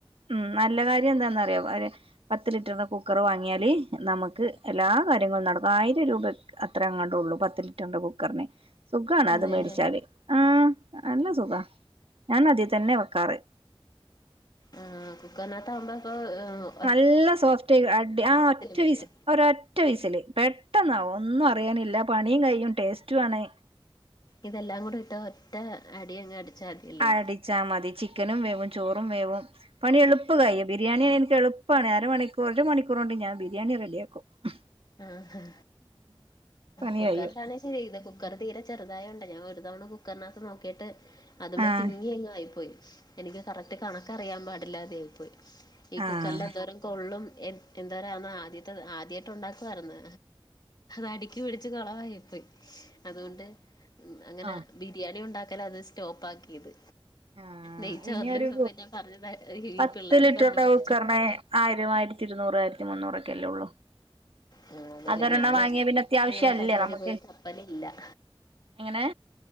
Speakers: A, on the right; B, on the left.
A: ഉം നല്ല കാര്യെന്താന്നറിയോ വരെ പത്ത് ലിറ്ററിൻ്റെ കുക്കറ് വാങ്ങിയാല് നമക്ക് എല്ലാ കാര് ര്യങ്ങളും നടക്കും ആയിരം രൂപക്ക് അത്ര എങ്ങാണ്ടൊള്ളൂ പത്ത് ലിറ്ററിന്റെ കുക്കറിന് സുഖാണ് അത്
B: അതെല്ലേ
A: മേടിച്ചാല് ആഹ് നല്ല സുഖാ ഞാനതീ തന്നെയാ വെക്കാറ്
B: ആഹ് കുക്കറിനാത്താവുമ്പ ഇപ്പോ അ്
A: നല്ല സോഫ്റ്റായി അടി ആഹ് ഒറ്റ
B: മതിയോ
A: വിസ് ഓരൊറ്റ വിസില് പെട്ടെന്നാവും ഒന്നും അറ് റിയാനില്ല പണിയും കഴിയും ടേസ്റ്റുവാണ്
B: ഇതെല്ലാം കൂട ഇട്ട് ഒറ്റ അടിയങ്ങ് അടി അടിച്ചാൽ മതിയല്ലേ
A: അടിച്ചാ മതി ചിക്കനും വേവും ചോറും വേവും പണി എളുപ്പം കഴിയും ബിരിയാണിയായാ എനിക്കെളുപ്പാണ് അര മണിക്കൂ ഒരു മണിക്കൂറ് കൊണ്ട് ഞാൻ ബിരിയാണി റെഡിയാക്കു ക്കും ഉം
B: ആഹ്
A: പണി
B: കുക്കറിലാണിഷ്
A: കഴിയും
B: ചെയ്ത കുക്കറ് തീരെ ചെറുതായോണ്ട ഞാൻ ഒരു തവണ കുക്കറിനാത്ത് നോക്കിയട്ട് അതുമ്മെ
A: ആഹ്
B: തിങ്ങിയങ്ങായിപ്പോയി എനിക്ക് കറക്റ്റ് കണക്കറിയാൻ പാടില്ലാതെ ആയി പോയി ഈ
A: ആഹ്
B: കുക്കറിലെന്തോരം കൊള്ളും എൻ എന്തോരാന്നാ ആദ്യത്തെത് ആദ്യായിട്ട് ഒണ്ടാക്ക് ക്കുവാരുന്ന് അതടിക്ക് പിടിച്ച് കൊളവായിപ്പോയി അതുകൊണ്ട്
A: അതെ
B: ഉം അങ്ങന
A: ആഹ്
B: ബിരിയാണിയുണ്ടാക്കലത് സ്റ്റോപ്പാക്കിയത്
A: ആഹ്
B: നെയ്ച്ചോറില്
A: ഇനി ഒരു
B: പിന്നെ പറഞ്ഞുതാ
A: പത്ത്
B: ഈ പിള്ളേരെ
A: ലിറ്ററിന്റെ
B: പറഞ്ഞ് പറ്റിച്ചു
A: കുക്കറിന് ആയിരം ആയിരത്തി ഇരുന്നൂറ് ആയിരത്തി മുന്നൂറൊക്കെയല്ലേ ഒള്ളൂ
B: ആ അതല്ലേ
A: അതൊരെണ്ണം
B: ഞാന്
A: വാങ്ങിയാ പിന്നെ അത്യാവിശ്യല്ലേ
B: അങ്ങനെ കടവഴി
A: നമുക്ക്
B: പോയി തപ്പലില്ല
A: എങ്ങനെ